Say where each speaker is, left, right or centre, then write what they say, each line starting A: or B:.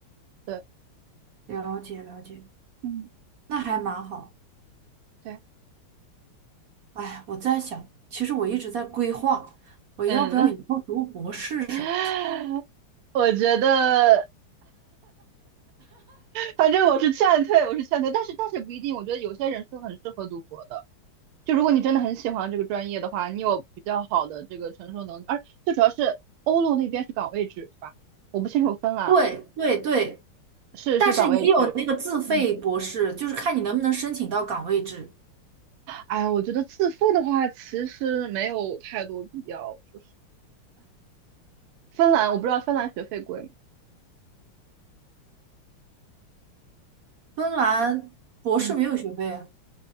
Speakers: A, on the right; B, on the right.
A: 对，
B: 了解了解，
A: 嗯，
B: 那还蛮好。
A: 对，
B: 哎，我在想，其实我一直在规划，我要不要以后读博士什么
A: 嗯，<laughs> 我觉得反正我是劝退，我是劝退，但是但是不一定，我觉得有些人是很适合读博的。就如果你真的很喜欢这个专业的话，你有比较好的这个承受能力，而最主要是欧陆那边是岗位制，对吧？我不清楚芬兰
B: 对对对，
A: 是是岗位制，
B: 但是也有那个自费博士，
A: 嗯，
B: 就是看你能不能申请到岗位制。
A: 哎，我觉得自费的话其实没有太多必要，说是芬兰，我不知道芬兰学费贵吗？
B: 芬兰博士没有学费啊，
A: 嗯，